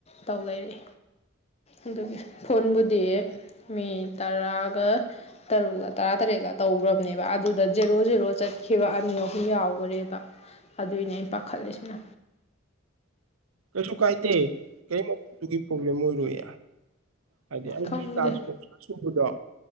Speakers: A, on the left; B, on the right.
A: ꯇꯧ ꯂꯩꯔꯦ ꯑꯗꯨꯒꯤ ꯐꯣꯟꯕꯨꯗꯤ ꯃꯤ ꯇꯔꯥꯒ ꯇꯔꯨꯛꯂ ꯇꯔꯥ ꯇꯔꯦꯠꯂ ꯇꯧꯈ꯭ꯔꯕꯅꯦꯕ ꯑꯗꯨꯗ ꯖꯦꯔꯣ ꯖꯦꯔꯣ ꯆꯠꯈꯤꯕ ꯑꯅꯤ ꯑꯍꯨꯝ ꯌꯥꯎꯈꯔꯦꯕ ꯑꯗꯨꯏꯅꯦ ꯑꯩꯅ ꯄꯥꯈꯠꯂꯤꯁꯤꯅ
B: ꯀꯩꯁꯨ ꯀꯥꯏꯗꯦ ꯀꯔꯤꯗꯨꯒꯤ ꯄ꯭ꯔꯣꯕ꯭ꯂꯦꯝ ꯑꯣꯏꯔꯣꯏ ꯍꯥꯏꯗꯤ ꯑꯩꯒꯤ
A: ꯈꯪꯗꯦ
B: ꯇꯖ ꯀꯣꯡ ꯁꯥꯥ ꯁꯣꯡꯕꯗꯣ